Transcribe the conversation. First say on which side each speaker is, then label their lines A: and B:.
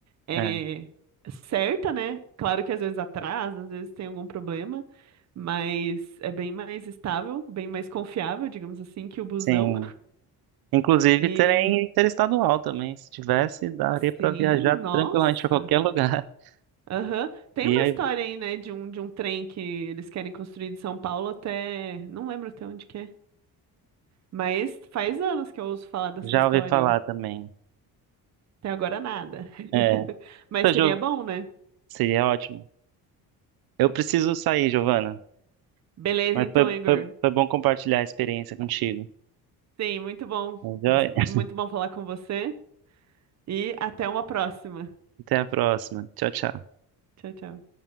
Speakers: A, on the right; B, on the right.
A: é,
B: É,
A: certa, né? Claro que às vezes atrasa, às vezes tem algum problema, mas é bem mais estável, bem mais confiável, digamos assim, que o busão.
B: sim. Inclusive,
A: E
B: trem interestadual também. Se tivesse, daria para
A: sim,
B: viajar
A: nossa.
B: tranquilamente para qualquer lugar. <laughs>
A: Aham. Tem
B: E
A: uma
B: aí,
A: história aí, né, de um, de um trem que eles querem construir de São Paulo até. Não lembro até onde que é. Mas faz anos que eu ouço falar dessa
B: já
A: história
B: ouvi falar
A: aí.
B: também.
A: Até agora nada. <laughs>
B: É.
A: Mas
B: Então,
A: seria
B: Giov...
A: bom, né?
B: Seria ótimo. Eu preciso sair, Giovana.
A: Beleza,
B: Mas
A: então,
B: foi,
A: Igor.
B: foi, foi bom compartilhar a experiência contigo.
A: Sim, muito bom.
B: Mas,
A: Muito
B: ó, <laughs>
A: bom falar com você. E até uma próxima.
B: Até a próxima. Tchau, tchau.
A: Tchau, tchau.